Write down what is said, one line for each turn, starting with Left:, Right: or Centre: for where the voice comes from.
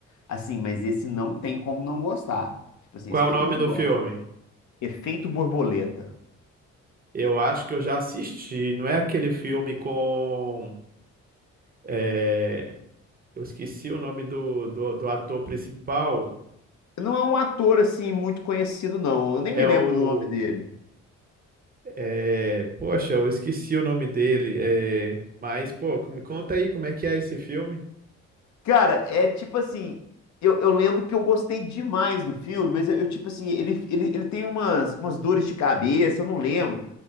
Left: Assim, mas esse não tem como não gostar. Tipo assim,
Right: Qual
Left: isso todo
Right: é o nome
Left: mundo
Right: do
Left: gosta.
Right: filme?
Left: Efeito Borboleta.
Right: Eu acho que eu já assisti. Não é aquele filme com... é, Eu esqueci o nome do, do, do ator principal.
Left: Não é um ator, assim, muito conhecido, não. Eu nem
Right: É
Left: me lembro
Right: o...
Left: do nome dele.
Right: É, poxa, eu esqueci o nome dele. É, mas, pô, me conta aí como é que é esse filme.
Left: Cara, é tipo assim, eu, eu lembro que eu gostei demais do filme, mas eu, eu, tipo assim, ele, ele, ele tem umas, umas dores de cabeça, eu não lembro.